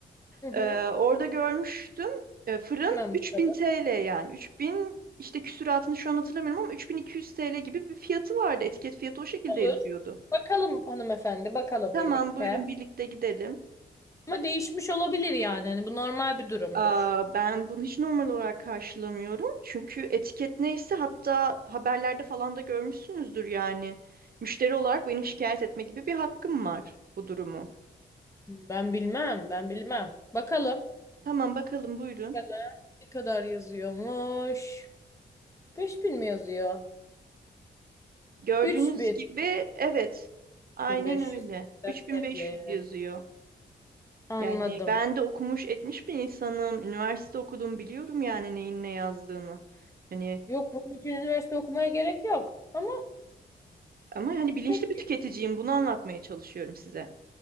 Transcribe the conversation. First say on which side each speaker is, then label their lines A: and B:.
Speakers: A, on the left; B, on the right.
A: Hı hı.
B: Ee, orada görmüştüm. Ee, fırın
A: Hemen
B: 3000
A: bakalım.
B: TL yani. 3000 işte küsuratını şu an hatırlamıyorum ama 3200 TL gibi bir fiyatı vardı. Etiket fiyatı o şekilde
A: Olur.
B: yazıyordu.
A: Bakalım hanımefendi, bakalım
B: Tamam
A: birlikte.
B: buyurun birlikte gidelim.
A: Ama değişmiş olabilir yani. Hani bu normal bir durumdur.
B: Aa, ben bunu hiç normal olarak karşılamıyorum. Çünkü etiket neyse hatta haberlerde falan da görmüşsünüzdür yani. Müşteri olarak benim şikayet etme gibi bir hakkım var bu durumu.
A: Ben bilmem, ben bilmem. Bakalım.
B: Tamam bakalım buyurun.
A: Bakalım Ne kadar yazıyormuş? 5000 mi yazıyor?
B: Gördüğünüz
A: 3000.
B: gibi evet. Aynen
A: 1500
B: öyle.
A: ödevli.
B: 3500 yazıyor.
A: Anladım.
B: Yani ben de okumuş etmiş bir insanım. Üniversite okudum biliyorum yani neyin ne yazdığını. Hani
A: Yok bunun için üniversite okumaya gerek yok. Ama
B: ama hani bilinçli
A: pek
B: bir tüketiciyim bunu anlatmaya çalışıyorum size.